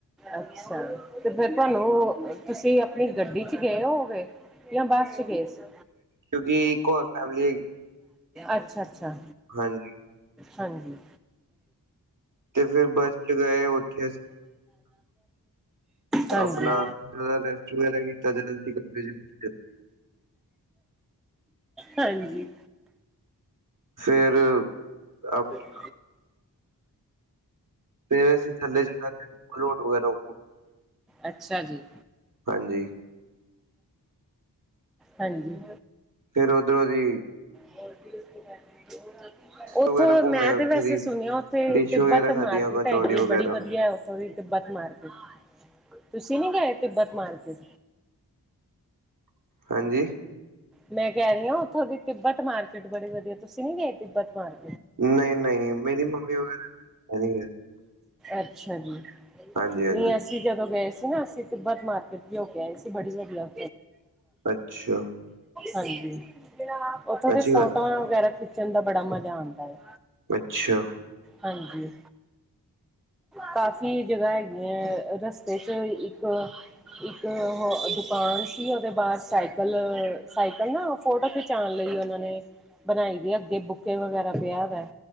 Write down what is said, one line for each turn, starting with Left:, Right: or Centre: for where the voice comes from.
Centre: ਅੱਛਾ ਤੇ ਫਿਰ ਤੁਹਾਨੂੰ ਤੁਸੀਂ ਆਪਣੀ ਗੱਡੀ ਚ ਗਏ ਹੋ ਹੋਗੇ, ਜਾਂ ਬੱਸ ਚ ਗ ਸੀ
Right: ਕਿਉਂਕਿ ਇੱਕ ਹੋਰ ਫੈਮਿਲੀ ਹੈਗੀ
Centre: ਅੱਛਾ ਅੱਛਾ
Right: ਹਾਂਜੀ
Centre: ਹਾਂਜੀ
Right: ਤੇ ਫਿਰ ਬੱਸ ਚ ਗਏ ਉੱਥੇ
Centre: ਹਾਂਜੀ
Right: ਆਪਣਾ ਰੈਸਟ ਵਗੈਰਾ ਕੀਤਾ ਜਦੋਂ ਅਸੀਂ ਕਮਰੇ ਚ ਪਹੁੰਚੇ,
Centre: ਹਾਂਜੀ।
Right: ਫਰ ਆਪ ਕਿ
Centre: ਵੇ
Right: ਫ ਅਸੀਂ ਥੱਲੇ ਜਾਣਦੇ ਵਗੈਰਾ
Centre: ਅੱਛਾ ਜੀ।
Right: ਹਾਂਜੀ
Centre: ਹਾਂਜੀ।
Right: ਫੇਰ ਉਧਰੋਂ ਦੀ
Centre: ਹੋਰ ਉੱਥੋਂ,
Right: ਵਗੈਰਾ
Centre: ਮੈਂ
Right: ਘੁੰਮੇ ਉੱਥੇ
Centre: ਤੇ ਵੈਸੇ
Right: ਦੀ
Centre: ਸੁਣਿਆ ਉੱਥੇ
Right: ਡਿਸ਼
Centre: ਤਿੱਬਤ
Right: ਵਗੈਰਾ ਖਾਧੀਆਂ
Centre: ਮਾਰਕੀਟ
Right: ਕਚੌੜੀ
Centre: ਹੈਗੀਏ।
Right: ਵਗੈਰਾ
Centre: ਬੜੀ ਵਧੀਆ ਉੱਥੋਂ ਦੀ। ਤਬਤ ਮਾਰਕੀਟ। ਤੁਸੀਂ ਨੀ ਗਏ ਤਿੱਬਤ ਮਾਰਕੀਟ
Right: ਹਾਂਜੀ।
Centre: ਮੈਂ ਕਹਿ ਰਹੀ ਹ ਉੱਥੋਂ ਦੀ ਤਿੱਬਤ ਮਾਰਕੀਟ ਬੜੀ ਵਧੀਆ ਤੁਸੀਂ ਨੀ ਗਏ। ਤਿੱਬਤ ਮਾਰ
Right: ਨਹੀਂ ਨਹੀਂ ਮੇਰੀ ਮੰਮੀ ਵਗੈਰਾ ਨਹੀਂ ਹੈ
Centre: ਅੱਛਾ ਜੀ ਨਹੀਂ
Right: ਹਾਂਜੀ ਹਾਂਜੀ
Centre: ਅਸੀਂ ਜਦੋਂ ਗਏ ਸੀ ਨਾ ਅਸੀਂ ਤਿੱਬਤ ਮਾਰਕੀਟ ਵੀ ਹੋ ਕੇ ਆਏ ਸੀ ਬੜੀ ਵਧੀਆ,
Right: ਅੱਛਾ
Centre: ਹਾਂਜੀ ਉਓਥੋਂ
Right: ਸਤਿ
Centre: ਦੇ
Right: ਸ਼੍ਰੀ
Centre: ਫੋਟੋਆਂ
Right: ਅਕਾਲ
Centre: ਵਗੈਰਾ, ਨੱਚਣ ਦਾ ਬੜਾ ਮਜ਼ਾ ਆਉਂਦਾ ਹੈ।
Right: ਅੱਛਾ
Centre: ਹਾਂਜੀ ਕਾਫ਼ੀ ਜਗ੍ਹਾ ਹੈਗੀੀਆਂ ਹੈ। ਰਸਤੇ ਚ ਇੱਕ, ਇੱਕ ਹੋਰ ਦੁਕਾਨ ਸੀ ਉਹਦੇ ਬਾਹਰ ਸਾਈਕਲ, ਸਾਈਕਲ ਨਾ ਫੋਟੋ ਖਿਚਾਣ। ਨਈ ਉਹਨਾਂ ਨੇ ਬਣਾਈ ਦੀ ਅੱਗੇ ਬੁੱਕ ਵਗੈਰਾ ਪਿਆ ਦਾ